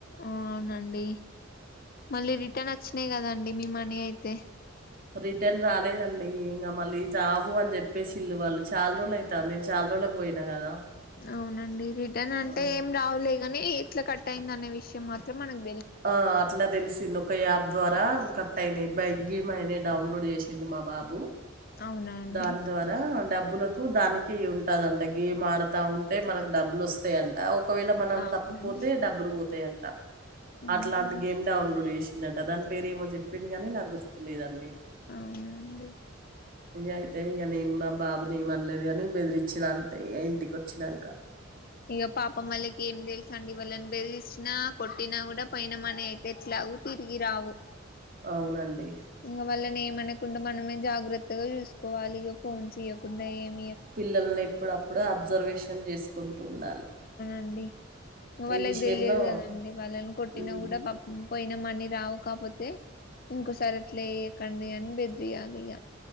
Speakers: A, on the left (about 45°); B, on the right (about 45°).
A: అవునండి మళ్ళీ రిటర్న్ వచ్చినాయి్ కదాండి మీ మనీ అయితే
B: రిటర్న్ రాలేదండి ఇంకా మళ్ళీ రావు అని చెప్పేసి ఇల్లు వాళ్ళు చాలా రోజులు అవుతారు నేను చాలా రోజులలకు పోయినా కదా
A: అవునండి రిటర్న్ అంటే
B: ఆ
A: ఏం రావలే కానీ ఎట్లా కట్ట అయింది అనే విషయం మాత్రం మనకి
B: ఆ అట్లా తెలిసింది ఒక యాప్ ద్వారా కట్ అయినాయి బైక్ గేమ్ అయినే డౌన్లోడ్ చేసి సిండు మా బాబు
A: అవునా అండి
B: దాని ద్వారా డబ్ బ్బులకు దానికి ఉంటదంట గేమ్ ఆడుతా ఉంటే మనకు డబ్బులు వస్తాయంట ఒకవేళ మనం
A: అవునండి
B: తప్పిపోతే డబ్బులు పోతాయ ఆ అట్లాంటి
A: ఆహా
B: గేమ్ డౌన్లోడ్ చేసిండంట దాని పేరేమో చెప్పి గాని నాకు గుర్తు లేదండి
A: అవునండి
B: ఇంగా అంటే నేను నా బాబునీ ఏం అనలేదు గానీ బేదిరీచ్చిన అంతే ఇంటికి వచ్చినంక
A: ఇక పాపం వాళ్ళకి ఏం తేల్ సండి వల్లని బెదిరించిన కొట్టినా కూడా పోయిన మనీ అయితే ఎట్లాగు తిరిగి రావు
B: అవునండి
A: ఇంక వల్లనే ఏమనకుండా మనమే జాగ్రత్తగా చూసుకోవాలి ఇక ఫోన్స్ ఇయకుండా ఏం
B: పిల్లల్ని ఎప్పుడు ఎప్పుడు అబ్జర్వేషన్ చేసుకుంటూ ఉండాలి
A: అండి వాళ్ళకి
B: ఈ విషయంలో
A: తెలియదు కదండి వాళ్ళని కొట్టినా
B: ఉమ్
A: కూడా పాపం పోయి మని రావు కాపోతే ఇంకోొసారి అట్లేయకండి అని బెదిరియాలి ఇగ